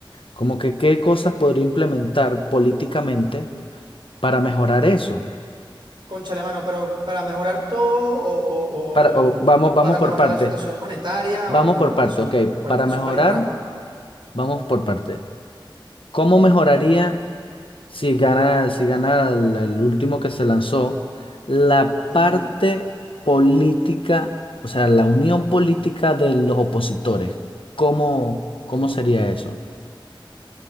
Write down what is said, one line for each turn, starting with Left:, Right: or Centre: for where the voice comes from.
Left: Como que qué cosas podría implementar políticamente para mejorar eso.
Right: Cónchale, mano, pero para mejorar todo o, o-
Left: Para, o
Right: o- o
Left: vamos, vamos
Right: para
Left: por
Right: mejorar
Left: parte,
Right: la situación monetaria
Left: vamos
Right: o
Left: por
Right: porque
Left: parte,
Right: son,
Left: ok,
Right: acuérdate
Left: para
Right: que
Left: mejorar,
Right: son varios ramas,
Left: vamos por parte. ¿Cómo mejoraría si gana, si gana el, el último que se lanzó la
Right: Edmundo.
Left: parte política, o sea, la unión política de los opositores? ¿Cómo, cómo sería eso?